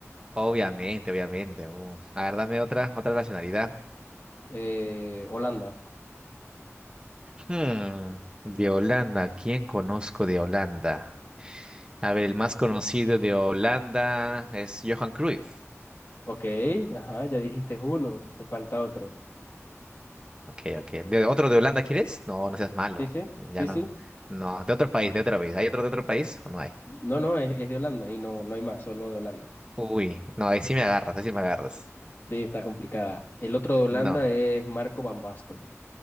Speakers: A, on the right; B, on the left.
A: obviamente, obviamente. Uh, A ver, dame otra, otra nacionalidad.
B: Eh, Holanda.
A: Hmm, de Holanda, ¿quién conozco de Holanda? A ver, el más conocido de Holanda es Johan Cruyff.
B: Ok, ajá, ya dijiste uno, te falta otro.
A: Ok, ok. ¿De otro de Holanda quieres? No, no seas malo.
B: Sí, sí,
A: Ya
B: sí,
A: no.
B: sí.
A: No, de otro país, de otro país. ¿Hay otro de otro país o no hay?
B: No, no, es, es de Holanda y no, no hay más, solo de Holanda.
A: Uy, no, ahí sí me agarras, ahí sí me agarras.
B: Sí, está complicada. El otro de Holanda
A: No.
B: es Marco Van Basten.